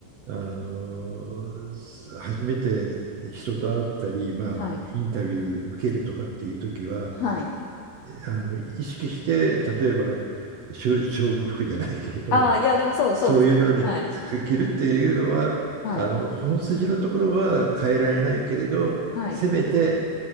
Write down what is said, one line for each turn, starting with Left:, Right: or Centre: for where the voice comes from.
Right: あ、あの初めて人と会ったり、まあ、
Left: はい。
Right: インタビュー受けるとかっていう時は、
Left: はい。
Right: あの意識して例えば勝勝負服じゃないけれど
Left: ああ、いや、でもそう、
Right: そういうのに
Left: そうですね。はい。
Right: 着るっていうのはあの本筋のところは変えられないけれどせめて
Left: はい。はい。